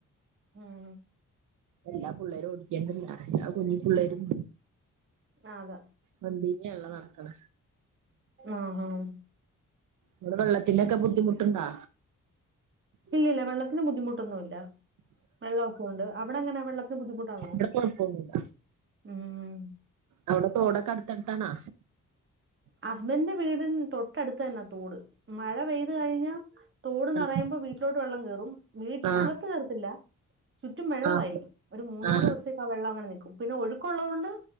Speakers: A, on the right; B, on the right.
A: ഉം
B: എല്ലാ പിള്ളേരും ഓടിക്കണ്ടല്ല എല്ല കുഞ്ഞി പിള്ളേരും
A: ആഹ് അതെ
B: വണ്ടീമലാണ് നടക്കണ
A: ആഹ് ആഹ്
B: ഇങ്ങൾ വെള്ളത്തിന്റെക്കെ ബുദ്ധിമുട്ടുണ്ടോ
A: ഇല്ല ഇല്ല വെള്ളത്തിന് ബുദ്ധിമുട്ടൊന്നു ഇല്ല വെള്ളമൊക്കെ ഉണ്ട് അവിടെ എങ്ങനെ വെള്ളത്തിന് ബുദ്ധിമുട്ടാണോ
B: ഇവിടെ കൊഴപ്പൊന്നുല്ല
A: ഉം
B: അവിടെ തോടക്കെ അടുത്തടുത്താണാ
A: ഹസ്ബൻന്റെ വീടിന് തൊട്ടടുത്ത് തന്നെ തോട് മഴ പെയ്തു കഴിഞ്ഞ തോട്ന്ന്റയുമ്പോ
B: വെള്ളം കേറുന്നെ
A: വീട്ടിലോട്ട് വെള്ളം കയറും വീട്ടിനകത്ത്
B: ആ
A: കയറത്തില്ല ചുറ്റും വെള്ളമായിരിക്കും
B: ആ
A: ഒരു മൂന്നാല്
B: ആ
A: ദിവസത്തേക്ക് ആ വെള്ളം അങ്ങനെ നിൽക്കും പിന്നെ ഒഴുക്കള്ളതു കൊണ്ട്